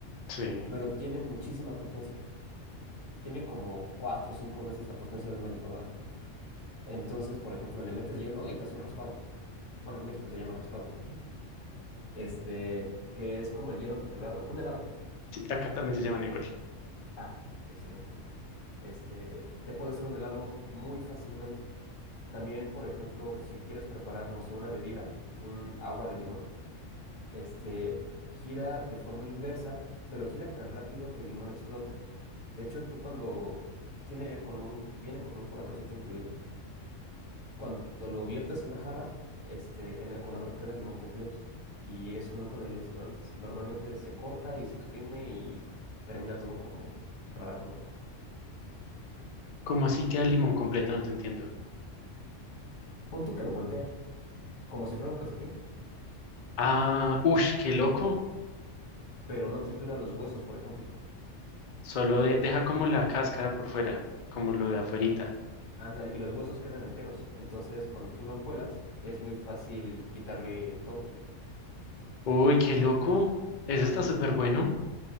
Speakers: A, on the left; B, on the left.
A: Sí,
B: pero tiene muchísima potencia. Tiene como cuatro o cinco veces la potencia de una licuadora. Entonces, por ejemplo, le metes hielo y te hace un raspado. Bueno, en México se llaman raspados. Ujú. Este, que es como el hielo triturado, un helado.
A: sí, acá también se llaman igual.
B: Ah, excelente. Este, te puede hacer un helado muy fácilmente. También, por ejemplo, si quieres preparar, no sé, una bebida, un agua de limón, este, gira de forma inversa, pero gira tan rápido que el limón explota. De hecho, tú cuando tiene con un, viene con un coladorcito incluido, cuando lo viertes en la jarra, este, en el colador queda el limón completo. Y eso nunca lo había visto antes. Normalmente se corta y se exprime y termina todo como raro, ¿no?
A: ¿Cómo así queda el limón completo? No te entiendo.
B: Pon tú que lo voltea, como si fuera un calcetín,
A: Ah, ush, qué loco.
B: pero no tritura los huesos, por ejemplo.
A: Solo de- deja como la cáscara por fuera, como lo de afuerita.
B: Ándale, y los huesos quedan enteros. Entonces, cuando tú lo cuelas, es muy fácil quitarle todo.
A: Uy, qué loco. Eso está súper bueno.